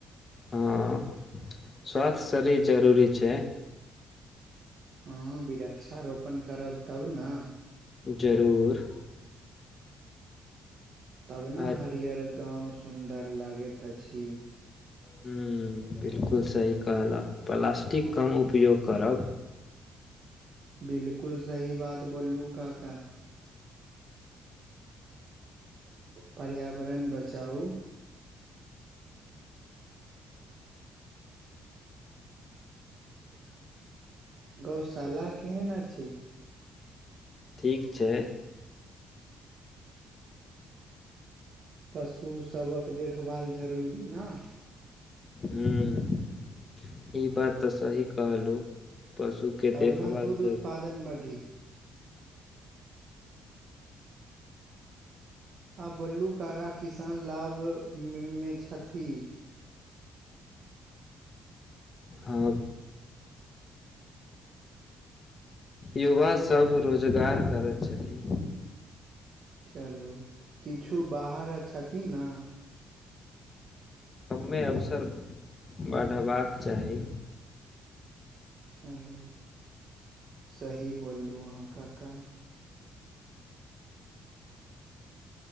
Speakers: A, on the left (about 30°); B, on the right (about 55°).
A: हँ। स्वास्थ्य शरीर जरूरी छै
B: हँ वृक्षारोपण करब तब ना
A: जरूर
B: तब ना
A: हर
B: हरियर गाँव सुन्दर लागैत अछि
A: हम्म बिल्कुल सही कहलह प्लास्टिक कम उपयोग करब
B: बिलकुल सही बात बोललू काका पर्यावरण बचाउ गौशाला केहन अछि
A: ठीक छै
B: पशुसभक देखभाल जरूरी ना
A: हम्म ई बात तऽ सही कहलू पशुके
B: तब
A: देखभाल
B: न दूध
A: जरूरी
B: उत्पादन बढ़ी आ बोललू काका किसान लाभमे छथि
A: हँ युवासभ रोजगार करै छथिन
B: चलू किछु बाहर छथिन ने
A: य अवसर बढ़बाक चाही
B: चलू सही बोललू अहाँ काका